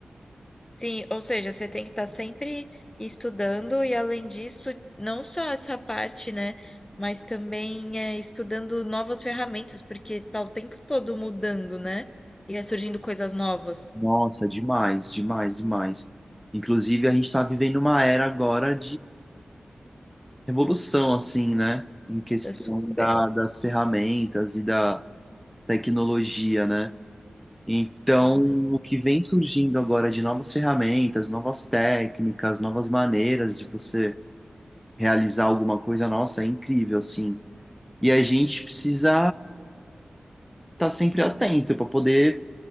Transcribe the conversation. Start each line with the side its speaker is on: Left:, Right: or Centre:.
Left: Sim, ou seja, você tem que estar sempre estudando e além disso, não só essa parte, né, mas também é, estudando novas ferramentas, porque tá o tempo todo mudando, né? E é surgindo coisas novas.
Centre: Nossa, demais, demais, demais. Inclusive, a gente está vivendo uma era agora revolução, assim, né? Em questão
Left: É super.
Centre: da, das ferramentas e da tecnologia, né? Então,
Left: Nossa,
Centre: o que vem surgindo agora de novas ferramentas, novas técnicas, novas maneiras de você realizar alguma coisa, nossa, é incrível, assim. E a gente precisa estar sempre atento para poder